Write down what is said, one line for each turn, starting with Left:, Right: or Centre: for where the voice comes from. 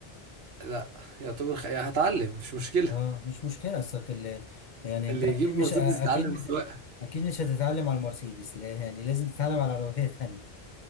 Right: لا يعتبر خ... هتعلم مش مشكله
Left: اه مش مشكلة اصلك ال- يعني
Right: اللي
Left: انت اكيد
Right: يجيب مرسيدس
Left: مش اكيد
Right: يتعلم السواقه.
Left: اكيد مش هتتعلم على المرسيدس لا يعني لازم تتعلم على عربية <laughs> تانية